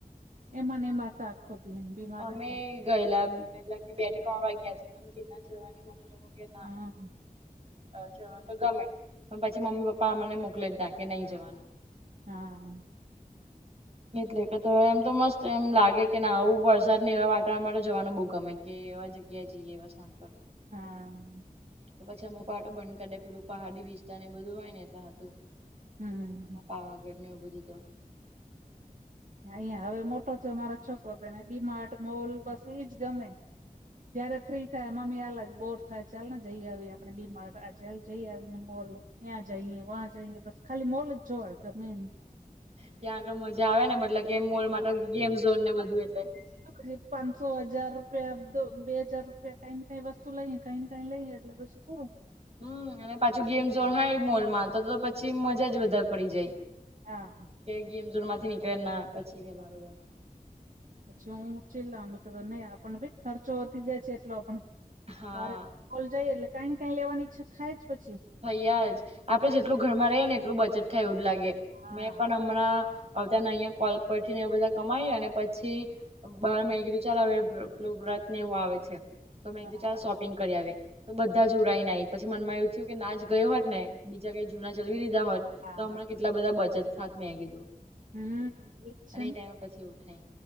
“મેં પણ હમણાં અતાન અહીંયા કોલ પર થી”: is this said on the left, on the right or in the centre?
Right